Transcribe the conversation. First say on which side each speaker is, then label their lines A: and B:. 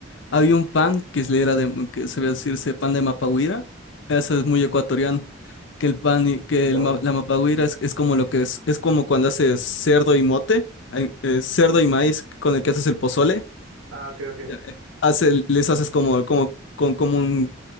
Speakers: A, on the left; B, on the right.
A: había un pan que se le era de, que sabía decirse pan de mapahuira, eso es muy ecuatoriano, que el pan, y- que
B: Wow.
A: el ma- la mapahuira es, es como lo que es, es como cuando haces cerdo y mote, ay, eh, cerdo y maíz con el que haces el pozole,
B: Ah, ok, ok.
A: Ya, eh, hace, les haces como, como, con, como